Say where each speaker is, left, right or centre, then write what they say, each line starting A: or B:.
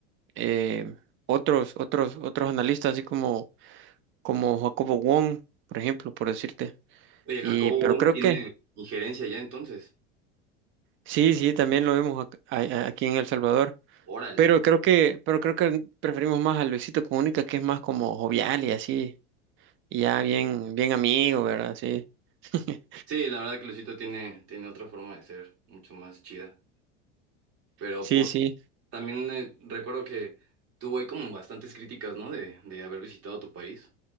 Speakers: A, on the right; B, on the right.
A: eh, otros, otros, otros analistas así como, como Jacobo Wong, por ejemplo, por decirte.
B: Oye,
A: Y,
B: Jacobo
A: pero
B: Wong
A: creo
B: tiene
A: que
B: injerencia ya entonces.
A: sí, sí, también lo vemos ac- a- a- aquí en El Salvador.
B: Órale.
A: Pero creo que, pero creo que preferimos más a Luisito Comunica, que es más como jovial y así, y ya bien, bien amigo, ¿verdad? Sí. <laughs>
B: Sí, la verdad que Luisito tiene, tiene otra forma de ser, mucho más chida. Pero
A: Sí,
B: por
A: sí,
B: también eh, recuerdo que tuvo ahí como bastantes críticas, ¿no? De, de haber visitado tu país.